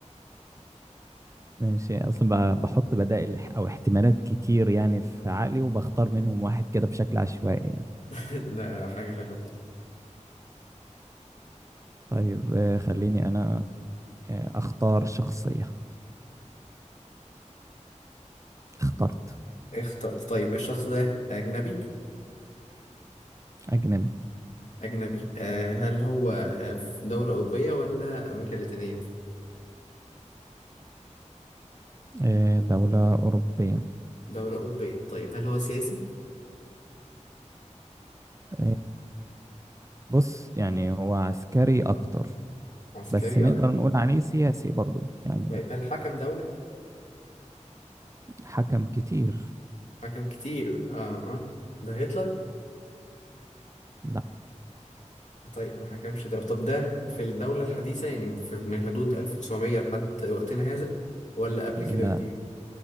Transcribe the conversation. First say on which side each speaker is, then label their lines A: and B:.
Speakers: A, on the right; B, on the left.
A: ماشي اصلا ب- بحط بدائل او احتمالات كتير يعني في عقلي وبختار منهم واحد كده بشكل عشوائي يعني.
B: <laughs> ده حاجة حلوة خالص
A: طيب آه، خليني أنا آه، أختار شخصية اخترت
B: اخترت طيب الشخص ده أجنبي
A: أجنبي
B: أجنبي آه هل هو آه، في دولة أوروبية ولا أمريكا اللاتينية؟
A: آه، دولة أوروبية
B: دولة أوروبية طيب هل هو سياسي؟
A: آه، بص يعني هو عسكري أكتر
B: عسكري
A: بس نقدر
B: أكتر
A: نقول عليه سياسي برضو يعني
B: طيب هل حكم دولة؟
A: حكم كتير
B: حكم كتير اه اه ده هتلر؟
A: لا
B: طيب ما حكمش دولة طب ده في الدولة الحديثة يعني في من حدود 1900 لحد وقتنا هذا ولا قبل
A: لا
B: كده بكتير؟